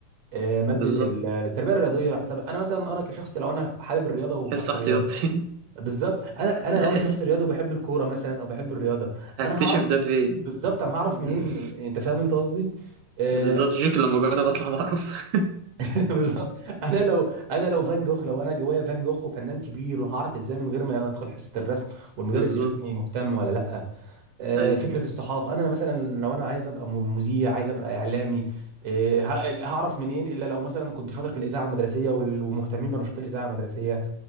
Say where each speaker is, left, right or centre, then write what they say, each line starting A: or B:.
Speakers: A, on the right; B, on the right.
A: آه، ماده
B: بالظبط
A: التربيه الرياضيه طب انا مثلا انا كشخص لو انا حابب الرياضه وشخص
B: حس احتياطي
A: رياضي بالظبط انا انا
B: <laughs>
A: لو انا شخص رياضي وبحب الكوره مثلا او بحب الرياضه
B: هكتشف
A: انا هعرف
B: ده فين
A: بالظبط انا هعرف
B: <laughs>
A: منين إن- انت فاهم انت قصدي آه،
B: بالظبط شكل لما أجرب أطلع بعرف
A: <laughs> بالظبط انا لو انا لو فان جوخ لو انا جوايا فان جوخ وفنان كبير وهعرف ازاي من غير ما ادخل حصه الرسم والمدرس
B: <laughs> بالظبط
A: يشوفني مهتم ولا لا آه،
B: أيوة
A: فكره الصحافه انا مثلا لو انا عايز ابقى م- مذيع عايز ابقى اعلامي آه، ه- هعرف منين الا لو مثلا كنت شاطر في الاذاعه المدرسيه وال- ومهتمين بنشاط الاذاعه المدرسيه